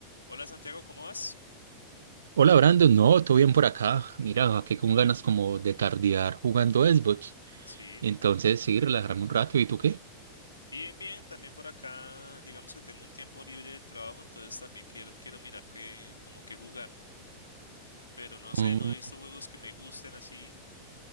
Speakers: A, on the left; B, on the right.
A: Hola Santiago, ¿cómo vas?
B: Hola Brandon, no, todo bien por acá. Mira, aquí con ganas como de tardear jugando Xbox.
A: Sí,
B: Entonces, sí, relajarme un rato. ¿Y tú qué?
A: bien, bien, también por acá, digamos que tengo un tiempo libre del trabajo, entonces también quiero, quiero mirar qué, como qué jugar, pero no sé,
B: Mm,
A: no he visto juegos que me gusten así,